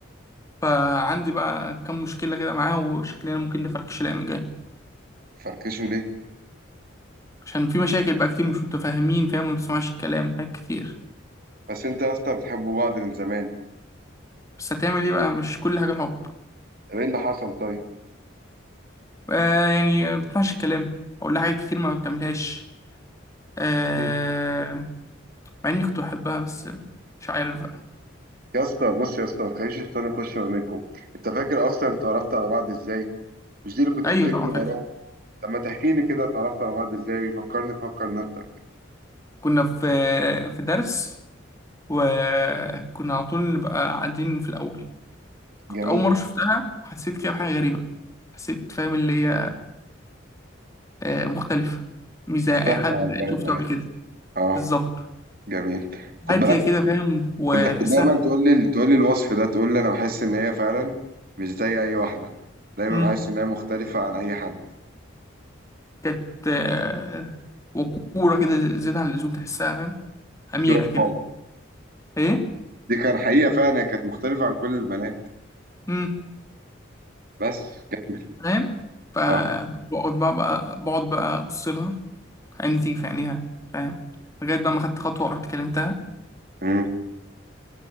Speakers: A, on the left (about 15°); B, on the right (about 45°).
A: فعندي بقى كام مشكله كده معاه وشكلنا ممكن نفركش الايام الجايه
B: فركشوا ليه
A: عشان في مشاكل بقى كتير مش متفاهمين فاهم ما بتسمعش الكلام حاجات كتير
B: بس انت يا اسطى بتحبوا بعض من زمان
A: بس هتعمل ايه بقى مش كل حاجه الحب
B: طب ايه اللي حصل طيب
A: آه يعني آه، ما بتسمعش الكلام اقول لها حاجات كتير ما بتعملهاش آه
B: مم.
A: مع اني كنت بحبها بس آه، مش عارف بقى
B: يا اسطى بص يا اسطى ما تخليش الشيطان يخش ما بينكم انت فاكر اصلا انت عرفت على بعض ازاي مش دي اللي كنت
A: ايوه
B: بتجري
A: طبعا
B: وراها
A: فاكر
B: طب ما تحكي لي كده اتعرفت على بعض ازاي فكرني فكر نفسك
A: كنا في آه، في درس وكنا على طول نبقى قاعدين في الأول كنت
B: جميل
A: أول مرة شفتها حسيت كده بحاجة غريبة حسيت فاهم اللي هي آه، مختلفة مش زي
B: مختلف
A: أي حد
B: عن باقي
A: شفته
B: البنات
A: قبل كده
B: اه
A: بالظبط
B: جميل خد
A: هادية
B: بالك
A: كده فاهم وتحسها
B: انت كنت دايما تقول لي تقول لي الوصف ده تقول لي انا بحس ان هي فعلا مش زي اي واحده دايما
A: مم،
B: بحس ان هي مختلفه عن اي حد
A: كانت آه، وقورة كده زيادة عن اللزوم تحسها فاهم أميرة
B: في واقع.
A: كده إيه
B: دي كان حقيقه فعلا هي كانت مختلفه عن كل البنات
A: مم،
B: بس كمل
A: فاهم فكنت
B: اه
A: بقعد بقى, بقى بقعد بقى أبص لها عيني تيجي في عينيها فاهم لغاية بقى ما خدت خطوة ورحت كلمتها
B: مم.